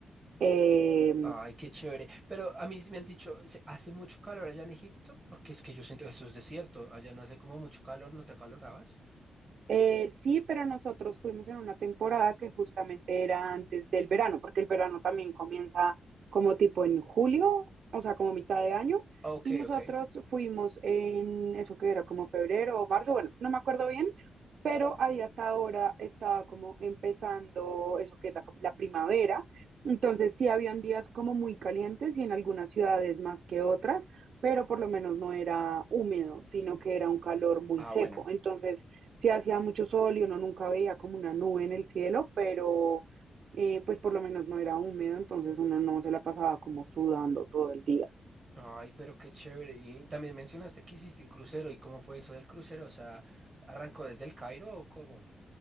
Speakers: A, on the right; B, on the right.
A: Eh,
B: ¡Ay, qué chévere! Pero a mí sí me han dicho, ¿se- ¿hace mucho calor allá en Egipto? Porque es que yo siento, eso es desierto, allá no hace como mucho calor, ¿no te acalorabas?
A: Eh, sí, pero nosotros fuimos en una temporada que justamente era antes del verano, porque el verano también comienza como tipo en julio, o sea, como mitad de año,
B: Ok,
A: y nosotros
B: ok.
A: fuimos en eso que era como febrero o marzo, bueno, no me acuerdo bien, pero ahí hasta ahora estaba como empezando eso que es la, la primavera, entonces sí habían días como muy calientes y en algunas ciudades más que otras, pero por lo menos no era húmedo, sino que era un calor muy
B: Ah,
A: seco,
B: bueno.
A: entonces sí hacía mucho sol y uno nunca veía como una nube en el cielo, pero eh, pues por lo menos no era húmedo, entonces uno no se la pasaba como sudando todo el día.
B: Ay, pero qué chévere. Y también mencionaste que hiciste un crucero. ¿Y cómo fue eso del crucero? O sea, ¿arrancó desde el Cairo o cómo?